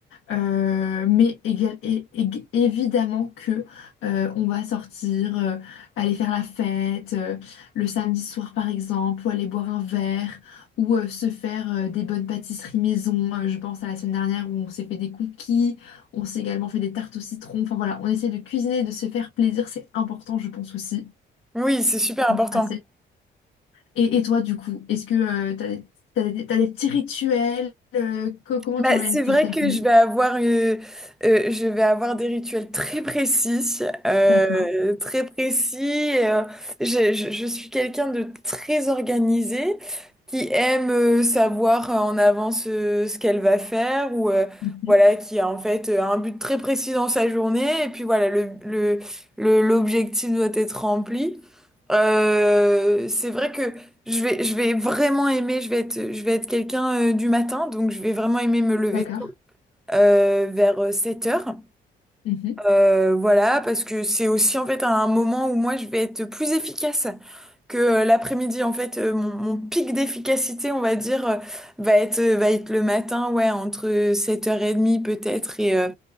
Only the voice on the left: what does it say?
Euh, mais égal- é- ég- évidemment que euh, on va sortir, euh, aller faire la fête euh, le samedi soir par exemple, ou aller boire un verre, ou euh, se faire euh, des bonnes pâtisseries maison. Euh, je pense à la semaine dernière où on s'est fait des cookies, on s'est également fait des tartes au citron. Enfin voilà, on essaie de cuisiner, de se faire plaisir, c'est important, je pense aussi.
Assez. Et, et toi du coup, est-ce que euh, t'as des, t'as des- t'as des petits rituels euh, co- comment
tu organises
tes-
ta journée?
D'accord.
Mhm.
D'accord.
Mhm,